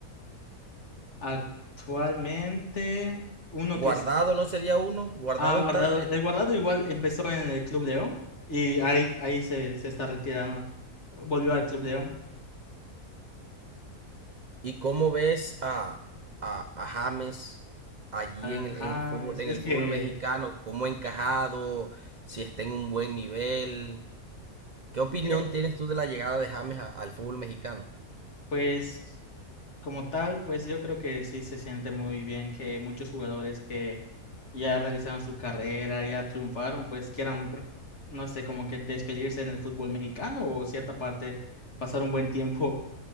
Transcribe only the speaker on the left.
Actualmente, uno
que es-
ha guardado,
el guardado igual empezó en el Club León y ahí, ahí se, se está retirando, volvió al Club León.
Al
James,
es
que
Eh,
Pues como tal, pues yo creo que sí se siente muy bien que muchos jugadores que ya realizaron su carrera, ya triunfaron, pues quieran, ver, no sé, como que despedirse en el fútbol mexicano o cierta parte, pasar un buen tiempo